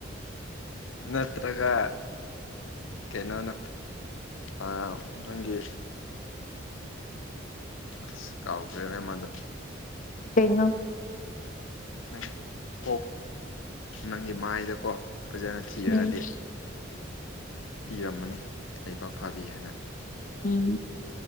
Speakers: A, on the left; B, on the left.
A: ꯅꯠꯇ꯭ꯔꯒ ꯀꯩꯅꯣꯅ ꯑ ꯅꯪꯒꯤ ꯑꯁ ꯀꯥꯎꯈ꯭ꯔꯦꯅꯦ ꯑꯃꯗꯣ
B: ꯀꯩꯅꯣ
A: ꯅꯪ ꯑꯣꯛ ꯅꯪꯒꯤ ꯃꯥꯏꯗꯀꯣ ꯐꯖꯅ ꯊꯤꯔꯒꯗꯤ
B: ꯎꯝ <unintelligible>
A: ꯏꯔꯝꯃꯅꯤ ꯂꯩꯕꯥꯛ ꯐꯕꯤ ꯍꯥꯏꯅ
B: ꯎꯝ